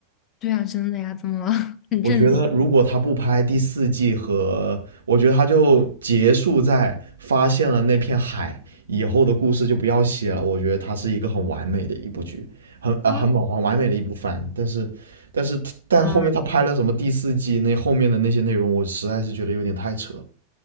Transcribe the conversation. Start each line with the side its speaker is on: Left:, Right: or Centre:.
Left: 对啊，真的呀，怎么了？<laughs> 很震惊
Right: 我觉得如果他不拍第四季和，我觉得他就结束在发现了那片海以后的故事就不要写了。我觉得它是一个很完美的一部剧，很呃很饱很完美的一部番。
Left: 啊！
Right: 但是，但是但后面他拍了什么第四季那后面的那些内容，
Left: 啊，
Right: 我实在是觉得有点太扯了。